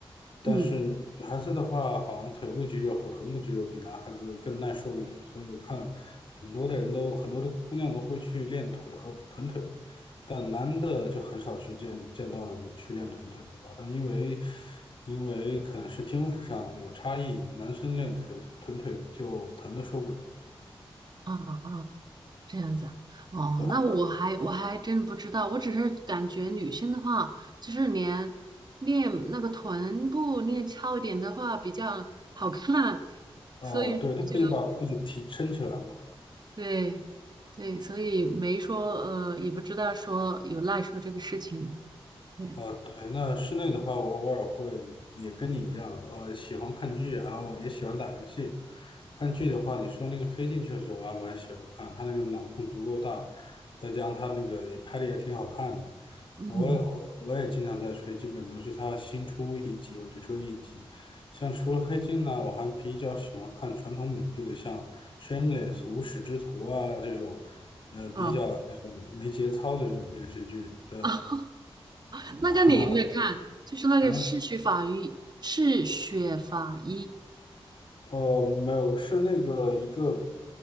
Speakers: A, on the left; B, on the right.
A: 但是女孩子的话，
B: 嗯，
A: 好像腿部肌肉和臀部肌肉比男孩子更耐受一点，所以我看很多的人都很多的姑娘都会去练腿和臀腿，但男的就很少去见见到有去练臀腿的吧？但因为因为可能是天赋上有差异，男生练腿臀腿就疼的受不了，
B: 啊啊，啊这样子。哦，
A: 对吧？
B: 那我还我还真不知道，我只是感觉女生的话，就是连练那个臀部练翘一点的话比较好看，
A: 啊、
B: 所以说就
A: 对，他可以把裤子提撑起来嘛。
B: 对对，所以没说呃，也不知道说有赖说这个事情。对，
A: 哦，对，那室内的话，我偶尔会也跟你一样，呃，喜欢看剧，然后也喜欢打游戏。看剧的话，你说那个《黑镜》确实我还蛮喜欢看，他那个脑洞足够大，再加上他那个也拍的也挺好看的。
B: 嗯，
A: 我也我也经常在追，基本都是他新出一集我就追一集。像除了《黑镜》呢，我还比较喜欢看传统美剧的，像《Shameless》无耻之徒啊这种，呃，比较那种没节操的这种电视剧。
B: 哦。
A: 对，
B: <laughs>
A: <laughs>
B: 那个你有没有看？就是那个嗜血法医，
A: 啊。
B: 嗜血法医
A: 呃，没有，是那个一个